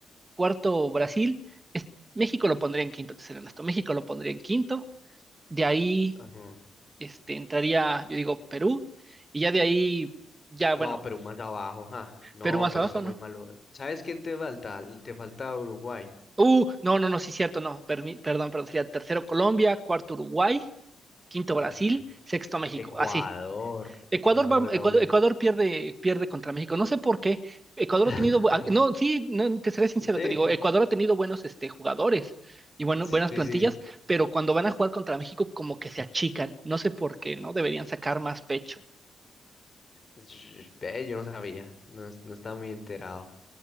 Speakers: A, on the right; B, on the left.
A: cuarto Brasil, es- México lo pondría en quinto, te seré honesto, México lo pondría en quinto, de ahí
B: ajá.
A: este, entraría, yo digo, Perú, y ya de ahí, ya
B: No,
A: bueno,
B: pero más abajo, ja. No,
A: Perú más
B: pero
A: abajo,
B: está muy
A: ¿no?
B: malo. ¿Sabes quién te falta? L- Te falta Uruguay.
A: Uh, no, no, no, sí, cierto, no, permi- perdón, perdón, sería tercero Colombia, cuarto Uruguay, quinto
B: Ujú.
A: Brasil, sexto México,
B: Ecuador.
A: así,
B: Ecuador
A: Ecuador, va-
B: juega
A: Ecuador,
B: bien.
A: Ecuador pierde, pierde contra México. No sé por qué. Ecuador
B: <laughs>
A: ha tenido, bu- ah, no, sí, no, te seré sincero,
B: Sí.
A: te digo, Ecuador ha tenido buenos este, jugadores y bueno,
B: Sí,
A: buenas plantillas,
B: sí.
A: pero cuando van a jugar contra México como que se achican. No sé por qué, ¿no? Deberían sacar más pecho.
B: Sh- Ve, yo no sabía. No, es- no estaba muy enterado.